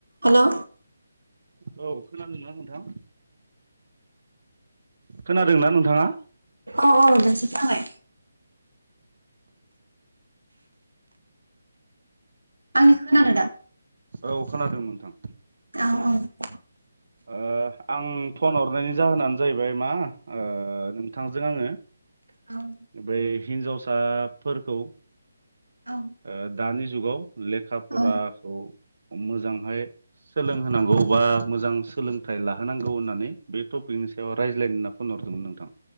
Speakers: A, on the right (about 85°); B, on the right (about 60°).
A: Hello
B: औ खोनादों ना नोंथां खोनादोंना नोंथांङा
A: औ औ दासो खोनाबाय आंनि खोनादों दा
B: औ खोनादों नोंथां
A: औ औ
B: ओ आं फन हरनायनि जाहोनानो जाहैबाय मा ओ नोंथांजों आङो
A: औ
B: बैओै हिन्जावसाफोरखौ
A: औ
B: ओ दानि जुगाव लेखा फराखौ
A: औ
B: मोजांङै सोलोंहोनांगौ बा मोजां सोलोंथाइ लाहोनांगौ होननानै बै टपिक नि सायाव रायज्लायनो होनना फन हरदोंमोन नोंथां